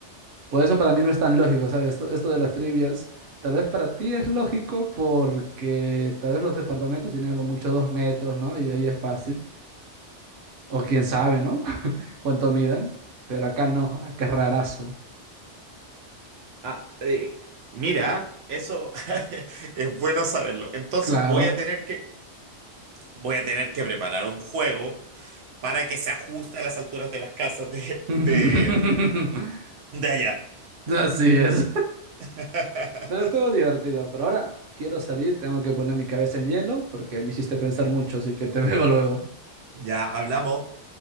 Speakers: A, on the right; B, on the right.
A: Por eso para mí no es tan lógico, ¿sabes? Esto, esto de las trivias, tal vez para ti es lógico porque tal vez los departamentos tienen a lo mucho dos metros, ¿no? Y ahí es fácil. O quién sabe, ¿no? <laughs> Cuánto midan. Pero acá no, acá es rarazo.
B: Ah, eh, mira, eso <laughs> es bueno saberlo. Entonces
A: Claro.
B: voy a tener que, voy a tener que preparar un juego para que se ajuste a las alturas de las casas de,
A: <laughs>
B: de, de allá.
A: Así es.
B: <laughs>
A: Pero estuvo divertido. Pero ahora quiero salir, tengo que poner mi cabeza en hielo porque me hiciste pensar mucho, así que te <laughs> veo luego.
B: Ya hablamos.